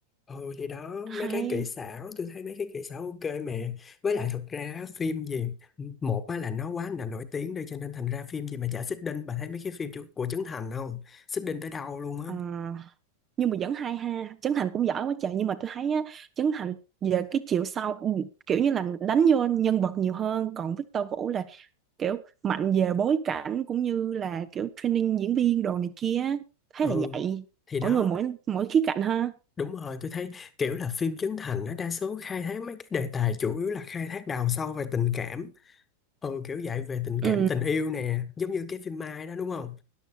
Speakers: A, on the left; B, on the right.
A: Ừ thì đó
B: hay
A: mấy cái kỹ xảo tôi thấy mấy cái kỹ xảo ok mẹ với lại thật ra á, phim gì một á là nó quá là nổi tiếng đi cho nên thành ra phim gì mà chả xích đinh bà thấy mấy cái phim chu- của Trấn Thành không xích đinh tới đâu luôn á
B: Ờ nhưng mà vẫn hay ha Trấn Thành cũng giỏi quá trời nhưng mà tôi thấy á, Trấn Thành về cái chiều sau ừ, kiểu như là đánh vô nhân vật nhiều hơn còn Victor Vũ là kiểu mạnh về bối cảnh cũng như là kiểu training diễn viên đồ này kia thấy
A: ừ
B: là vậy
A: thì đó
B: mỗi người mỗi mỗi khía cạnh ha
A: đúng rồi tôi thấy kiểu là phim Trấn Thành nó đa số khai thác mấy cái đề tài chủ yếu là khai thác đào sâu về tình cảm ừ kiểu dạy về tình
B: ừ
A: cảm tình yêu nè giống như cái phim Mai đó đúng không